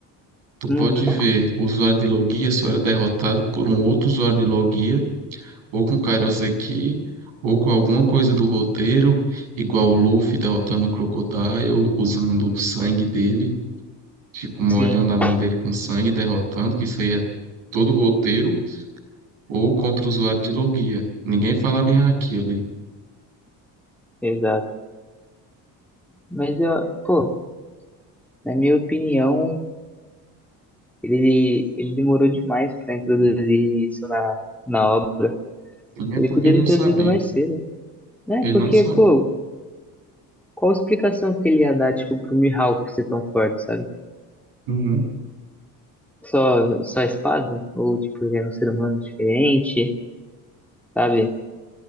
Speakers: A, on the right; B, in the centre.
A: Tu pode
B: Uhum,
A: ver, o usuário de Logia só era derrotado por um outro usuário de Logia, ou com Kairoseki, ou com alguma coisa do roteiro, igual o Luffy derrotando o Crocodile, usando o sangue dele, tipo, molhando
B: sim,
A: a mão dele com sangue, derrotando, que isso aí é todo o roteiro, ou contra o usuário de Logia. Ninguém falava em haki ali.
B: exato. Mas eu, pô, na minha opinião, ele, ele demorou demais pra introduzir isso na, na obra.
A: É
B: Ele
A: porque
B: podia
A: ele
B: ter
A: não
B: introduzido
A: sabia.
B: mais cedo, né?
A: Ele
B: Porque,
A: não sabia.
B: pô, Qual explicação que ele ia dar, tipo, pro Mihawk ser tão forte, sabe?
A: Uhum,
B: Só, só a espada? Ou, tipo, ele era um ser humano diferente, sabe?